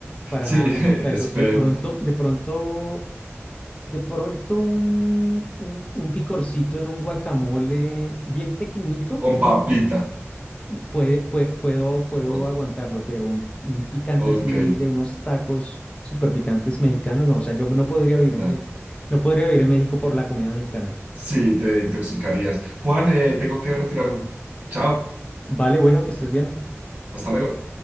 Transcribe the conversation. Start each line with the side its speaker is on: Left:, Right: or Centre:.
Left: para
Right: Sí,
Left: nada me
Right: <laughs>
Left: gusta
Right: es
Left: eso. De
Right: feo.
Left: pronto, de pronto, de pronto un, un, un picorcito en un guacamole bien pequeñito
Right: Con papita.
Left: Puede, pue- puedo, puedo
Right: O-
Left: aguantarlo, pero un, un picante
Right: Ok,
Left: así de unos tacos súper picantes mexicanos, no, o sea, yo no podría vivir
Right: nada.
Left: en México, no podría vivir en México por la comida mexicana.
Right: Sí, te intoxicarías. Juan, eh, tengo que retirarme. Chao,
Left: Vale, bueno, que estés bien.
Right: hasta luego.